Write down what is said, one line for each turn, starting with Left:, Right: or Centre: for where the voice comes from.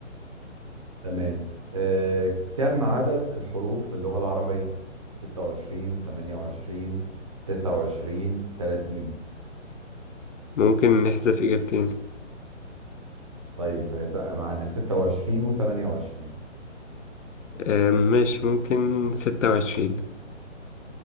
Right: تمام آه، كم عدد الحروف في اللغة العربية 26 28 29 30
Left: ممكن نحذف اجابتين
Right: طيب هيبقى معانا 26 و28
Left: آه ماشي ممكن ستة وعشرين